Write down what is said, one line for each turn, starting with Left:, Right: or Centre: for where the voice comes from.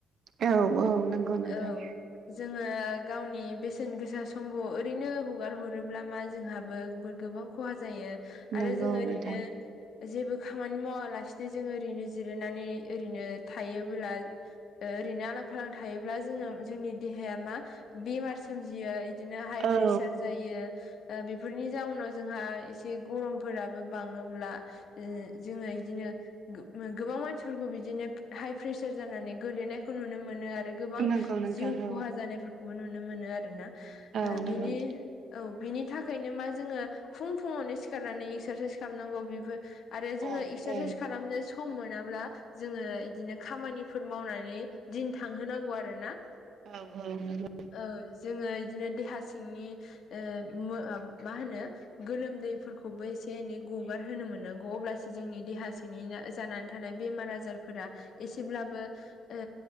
Right: औ-औ नंगौ नोंथां।
Left: औ जोङो गावनि बेसेन गोसा समखौ ओरैनो हगार हरोब्ला मा जोंहाबो बो गोबां खहा जायो
Right: नंगौ
Left: आरो जोङो ओरैनो
Right: नोंथां
Left: जेबो खामानि मावालासिनो जोंङो ओरैनो जिरायनानै ओरैनो थायोबोला ओ ओरैनो आलां फालां थायोब्ला जोङो जोंनि देहाया मा बेमार सोमजि यै बिदिनो हाय
Right: औ
Left: फ्रेसार जायो ओ बेफोरनि जाउन उनाव जोंहा एसे गरमफोराबो बाङोब्ला ओ जोङो इदिनो गो-गोबां मानसिफोरखौ बिदिनो हाइ प्रेसार जानानै गोलैनायखौ नुनो मोनो आरो। गोबां
Right: नंगौ नोंथां
Left: जिउ खहा
Right: औ
Left: जानायफोरखौबो नुनो मोनो आरो ना।
Right: औ नंगौ
Left: बिनि औ बिनि थाखायनो मा जोङो फुं-फुङावनो सिखारनानै एक्सारसाइस खालामनांगौ बेफोर आरो जोङो
Right: औ
Left: एक्सारसाइस
Right: औ
Left: खालामनो सम मोनाब्ला जोङो इदिनो खामानिफोर मावनानै दिन थांहोनांगौ आरो ना।
Right: औ-औ नोंग
Left: ओ जोङो इदिनो देहा सिंनि ओ म-मा होनो। गोलोमदैफोरखौबो एसे एनै गगार होनोनो मोननांगौ अब्लासो जोंनि देहासिनिया जानानै थानाय बेमार आजारफोरा एसेब्लाबो ओ